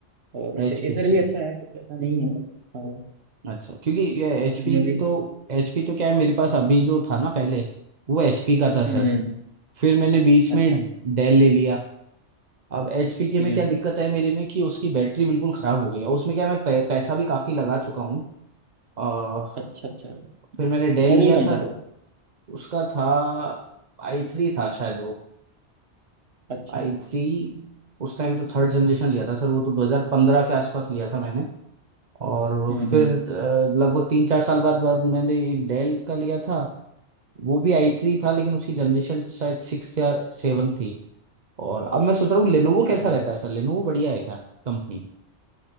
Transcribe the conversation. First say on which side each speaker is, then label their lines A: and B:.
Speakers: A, on the right; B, on the right.
A: और वैसे
B: एच पी
A: एसर
B: अच्छा
A: भी
B: है
A: अच्छा है कुछ ऐसा नहीं है और
B: अच्छा क्योंकि ये एचपी
A: एसर में भी
B: तो एचपी तो क्या है मेरे पास अभी जो था ना पहले वो एचपी का था सर
A: हम्म हम्म
B: फिर मैंने बीच
A: अच्छा
B: में डेल ले लिया अब एचपी के में
A: हम्म
B: क्या दिक्कत है मेरे में कि उसकी बैटरी बिल्कुल खराब हो गई है उसमें क्या है, मैं पै- पैसा भी काफी लगा चुका हूँ अ,
A: अच्छा अच्छा
B: फिर मैंने डेल
A: मॉडल
B: लिया
A: कौन
B: था
A: सा है वो
B: उसका था आई थ्री था शायद वो
A: अच्छा
B: I three उस टाइम तो थर्ड जनरेशन लिया था सर वो तो 2015 के आसपास लिया था मैंने और
A: हम्म
B: फिर
A: हम्म
B: अ, लगभग तीन चार साल बाद बाद मैंने एक डेल का लिया था वो भी आई थ्री था लेकिन उसकी जनरेशन शायद सिक्स या सेवन थी और अब मैं सोच रहा हूँ लेनोवो
A: अच्छा
B: कैसा रहता है सर लेनोवो बढ़िया है क्या कंपनी